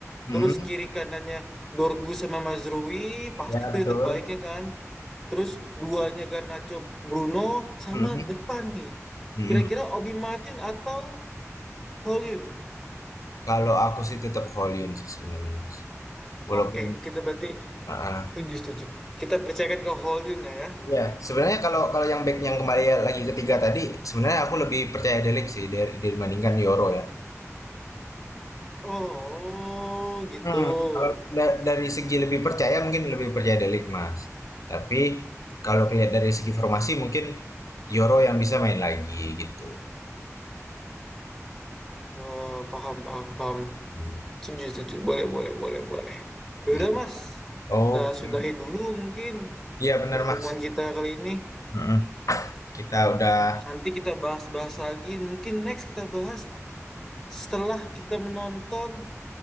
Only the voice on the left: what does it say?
Hmm,
ya
betul.
Hmm,
hmm.
Kalau aku sih tetap Hollywood sih sebenarnya, Mas. Walaupun
heeh.
Iya, sebenarnya kalau kalau yang back yang kembali lagi ketiga tadi, sebenarnya aku lebih percaya Delik sih dari dibandingkan Yoro ya.
Hmm, kalau da- dari segi lebih percaya mungkin lebih percaya Delik, Mas. Tapi kalau lihat dari segi formasi mungkin Yoro yang bisa main lagi gitu.
Hmm,
Iya.
Oke.
Iya benar,
Mas.
Heeh. Kita udah